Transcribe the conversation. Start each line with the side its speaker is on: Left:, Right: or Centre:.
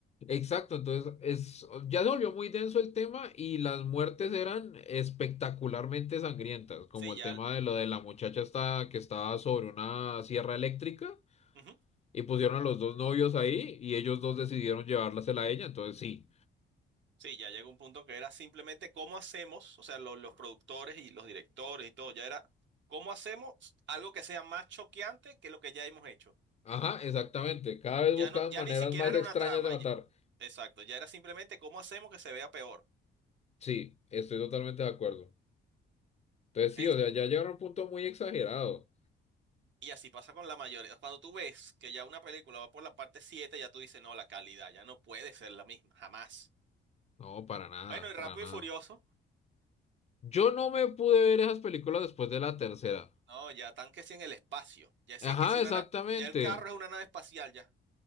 Left: Exacto, entonces es, ya se volvió muy denso el tema y las muertes eran espectacularmente sangrientas, como
Right: Sí,
Left: el
Right: ya.
Left: tema de lo de la muchacha esta que estaba sobre una sierra eléctrica
Right: ujú.
Left: y pusieron a los dos novios ahí y ellos dos decidieron llevársela a ella, entonces sí.
Right: Sí, ya llegó un punto que era simplemente cómo hacemos, o sea, lo- los productores y los directores y todo, ya era cómo hacemos algo que sea más choqueante que lo que ya hemos hecho.
Left: Ajá, exactamente, cada vez
Right: Ya
Left: buscaban
Right: no, ya
Left: maneras
Right: ni siquiera
Left: más
Right: era
Left: extrañas
Right: una trama.
Left: de matar.
Right: ya- exacto, ya era simplemente cómo hacemos que se vea peor.
Left: Sí, estoy totalmente de acuerdo. Entonces
Right: Es-
Left: sí, o sea, ya llegaron a un punto muy exagerado.
Right: y así pasa con la mayoría. Cuando tú ves que ya una película va por la parte 7, ya tú dices, no, la calidad ya no puede ser la misma, jamás.
Left: No, para nada,
Right: Bueno, y Rápido
Left: para nada.
Right: y Furioso.
Left: Yo no me pude ver esas películas después de la tercera.
Right: No, ya están que si en el espacio. Ya si
Left: Ajá,
Right: es que si una
Left: exactamente.
Right: na- ya el carro es una nave espacial, ya.